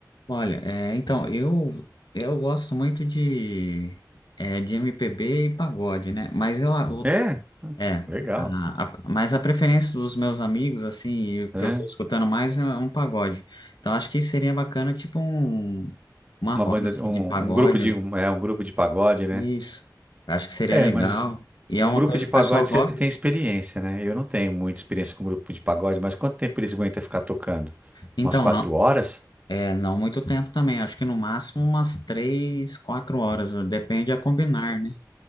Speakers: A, on the left; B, on the right.
A: Olha, é, então, eu, eu gosto muito de. é, de MPB e pagode, né? Mas eu,
B: É,
A: É,
B: legal.
A: a- a- mas a preferência dos meus amigos, assim, e o
B: É,
A: que eu tô escutando mais é um pagode. Então acho que seria bacana, tipo, um, uma
B: uma
A: roda,
B: banda,
A: assim,
B: um,
A: de pagode.
B: um grupo de, um, é, um grupo de pagode, né?
A: Isso, acho que seria
B: É,
A: legal.
B: mas
A: E
B: um
A: é uma
B: grupo
A: coisa
B: de
A: que
B: pagode
A: o pessoal gosta.
B: você tem experiência, né? Eu não tenho muita experiência com um grupo de pagode, mas quanto tempo eles aguentam ficar tocando?
A: Então,
B: Umas quatro
A: não,
B: horas?
A: é, não muito tempo também. Acho que no máximo umas três, quatro horas. Depende a combinar, né?